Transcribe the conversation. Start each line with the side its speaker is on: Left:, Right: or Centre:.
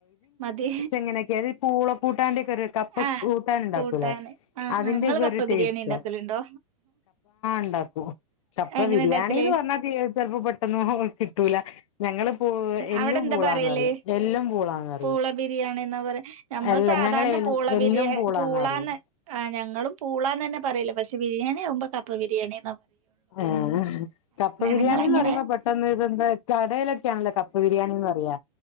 Right: മതി
Left: അങ്ങനൊക്കെ അത് പൂള കൂട്ടാന്റൊക്കെരു കപ്പ
Right: ആഹ്
Left: കൂടാനുണ്ടാക്കൂലേ
Right: കൂട്ടാന് ആഹ്
Left: അതിന്റെക്കൊരു
Right: ആഹ് ഇങ്ങള് കപ്പ
Left: ടേസ്റ്റ
Right: ബിരിയാണി ഇണ്ടാക്കലുണ്ടോ
Left: ണ്ടാക്കോ കപ്പ
Right: എങ്ങനെ
Left: ബിരിയാണി
Right: ഇണ്ടാക്കല്
Left: ന്ന് പറഞ്ഞ ചെൽപോ പെട്ടെന്ന് കിട്ടൂല ഞങ്ങള് പൂ എല്ലും
Right: അവിടന്താ
Left: പൂളാന്ന്
Right: പറയല്
Left: പറയും എല്ലും പൂളാന്ന് പറയും
Right: പൂള ബിരിയാണിന്നാ പറയാ നമ്മള്
Left: അല്ല
Right: സാ സാധാരണ
Left: ഞങ്ങള്
Right: പൂള
Left: എല്ലും
Right: ബിരിയാണി പൂളാന്ന്
Left: പറയും
Right: ആ ഞങ്ങളും പൂളാന്നേ ന്നേ പ പറയല് പക്ഷെ ബിരിയാണി ആവുമ്പോ കപ്പ് ബിരിയാണി
Left: ആ കപ്പ ബിരിയാണിന്ന്
Right: നിങ്ങളങ്ങനെ
Left: പറയുമ്പോ പെട്ടന്ന് ഇതെന്താ കടയിലൊക്കെയാണല്ലോ കപ്പ പ്പ ബിരിയാണിന്ന് പറയാ